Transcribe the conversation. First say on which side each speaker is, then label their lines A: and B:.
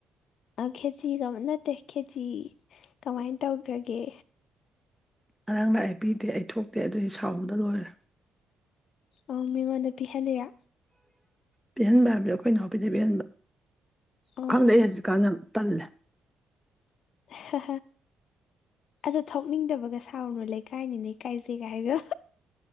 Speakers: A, on the left; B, in the centre.
A: ꯈꯦꯆꯤꯒ ꯅꯠꯇꯦ ꯈꯦꯆꯤ ꯀꯃꯥꯏꯅ ꯇꯧꯈ꯭ꯔꯒꯦ
B: ꯉꯔꯥꯡ ꯅ ꯑꯩ ꯄꯤꯗꯦ ꯑꯩ ꯊꯣꯛꯇꯦ ꯑꯗꯨꯗꯤ ꯁꯥꯎꯗ ꯂꯣꯏꯔꯦ
A: ꯑꯣ ꯃꯃꯣꯟ ꯅ ꯄꯤꯍꯂꯔꯥ
B: ꯄꯤꯍꯟꯕ ꯍꯥꯏꯕꯗꯤ ꯑꯩꯈꯣꯏ ꯏꯅꯥꯎꯄꯤꯗꯤ ꯄꯤꯍꯟꯕ
A: ꯑꯣ
B: ꯈꯪꯗꯩ ꯍꯧꯖꯤꯛꯀꯥꯟꯗ ꯇꯜ
A: ꯍ ꯑꯗꯣ ꯊꯣꯛꯅꯤꯡꯗꯕꯒ ꯁꯥꯥꯎꯔꯨꯔꯣ ꯂꯩꯀꯥꯏꯅꯤꯅꯦ ꯀꯥꯏꯁꯦꯒ ꯍꯥꯏꯗ